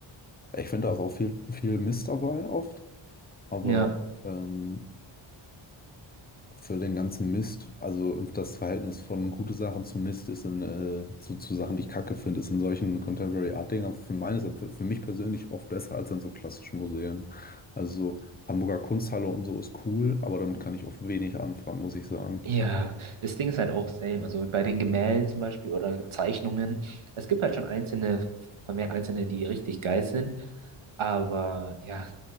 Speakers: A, on the left; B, on the right.
A: Ich finde, da ist auch viel, viel Mist dabei oft, aber
B: Ja.
A: ähm, für den ganzen Mist, also das Verhältnis von gute Sachen zu Mist ist in, äh, zu, zu Sachen, die ich kacke finde, ist in solchen Contemporary Art Dingern für meines, für, für mich persönlich oft besser als in so klassischen Museen. Also so Hamburger Kunsthalle und so ist cool, aber damit kann ich oft wenig anfangen, muss ich sagen.
B: Ja, das Ding ist halt auch same. Also bei den Gemälden zum Beispiel oder Zeichnungen. Es gibt halt schon einzelne, vermehrt einzelne, die richtig geil sind. Aber ja,